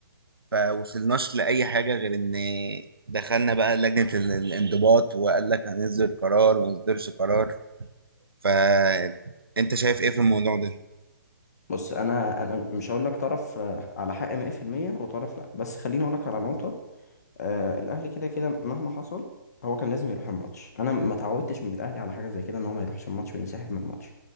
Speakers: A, on the right; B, on the left.
A: فوصلناش لاي حاجه غير ان دخلنا بقى لجنه ال- الانضباط وقال لك هنصدر قرار وما نصدرش قرار فانت شايف ايه في الموضوع ده
B: بص انا انا مش هقول لك طرف آه، على حق 100% وطرف لا بس خليني اقول لك على نقطة آه الاهلي كده كده مهما حصل هو كان لازم يروح الماتش انا ما تعودتش من الاهلي على حاجه زي كده ان هو ما يروحش الماتش وينسحب من الماتش